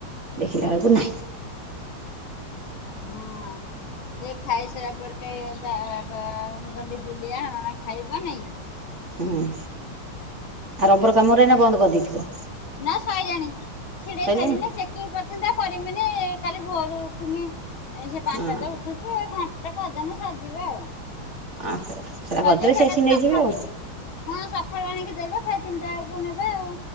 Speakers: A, on the right (about 30°); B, on the left (about 70°).
A: ଦେଖିଲା ବଳକୁ ନାହିଁ।
B: ହୁଁ ସେ ଖାଇସାରିଲା ପରେ <unintelligible> ବୁଲିଆ ଖାଇବ ନେଇଁ।
A: ହୁଁ- ଆ ରବର କାମ ଗୁରା ଏଇନା ବନ୍ଦ କରିଦେଇଥିବ?
B: ନା ସଇିଲାଣି ଛିଡେଇ
A: ସଇଲାଣି
B: ସାରିଲ ଚେ ଚିଂ-କରିଥାତା କରିବିନି କାଲି ଭୋରୁ ଉଠିମି ସେ ପାଞ୍ଚଟା
A: ହଁ
B: ତ ଉଠୁଚି <unintelligible> ସେ କଦନ ସଜିବ ଆଉ।
A: ଆ ହଉ ସେଟା
B: ହଁ-
A: କରିଦେଲେ
B: ଜେ
A: ସେ
B: କାଲି
A: ଆସିକି ନେଇଯିବେ
B: ସଖାଳୁ
A: ଆଉ
B: ହଁ ସଖାଳୁ ଆଣିକି ଦେବେ ସେ ତିନିଟା ବଳକୁ ନେବେ ଆଉ।